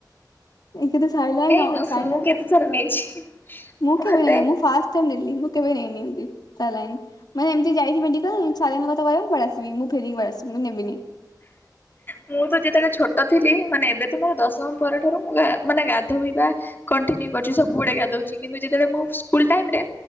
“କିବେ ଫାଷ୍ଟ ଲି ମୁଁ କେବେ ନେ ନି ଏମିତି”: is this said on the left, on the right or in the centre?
Left